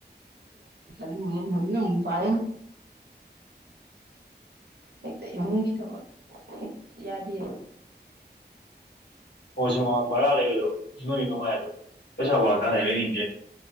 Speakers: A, on the right; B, on the left.
A: ꯈ ꯍꯡꯅ ꯎ ꯄꯔꯦ ꯍꯦꯛꯇ ꯏꯃꯨꯡꯒꯤ ꯊꯕꯛ ꯍ ꯌꯥꯗꯦ
B: ꯍꯣꯏ ꯁꯤ ꯃꯃ ꯕꯔꯥ ꯂꯩꯕꯗꯣ ꯅꯣꯏ ꯅꯨꯡꯉꯥꯏꯗꯣ ꯄꯩꯁꯥ ꯔ ꯀꯥꯟꯗ ꯂꯩꯅꯤꯡ ꯀꯦ